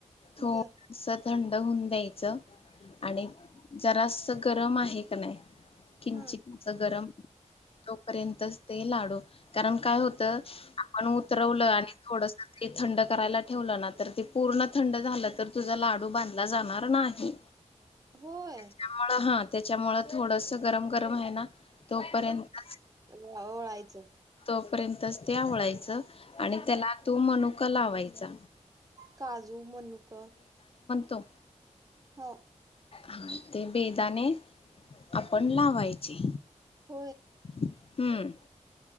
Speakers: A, on the left; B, on the right.
A: थोड
B: बर
A: सत थंड होऊन द्यायचं आणि जरासं गरम आहे का नाही. किंचित
B: हम्म
A: गरम तोपर्यंत. ते लाडू कारण काय होतं. म्हणून उतरवलं आणि थोडंसं ते थंड. करायला ठेवलं ना तर ते पूर्ण थंड झालं तर तुझा लाडू बांधला. जाणार नाही
B: होय
A: त्यामुळे हा. त्याच्यामुळे थोडंस गरम गरम आहे ना. तोपर्यंत
B: हो ओळायचं.
A: तोपर्यंतच ते आवळायचं. आणि
B: हं,
A: त्याला तु मनुका. क लावायचा.
B: काजू मनुक.
A: तो
B: <inaudible>
A: हा ते बेदाने, आपण लावायचे.
B: होय.
A: <inaudible> हम्म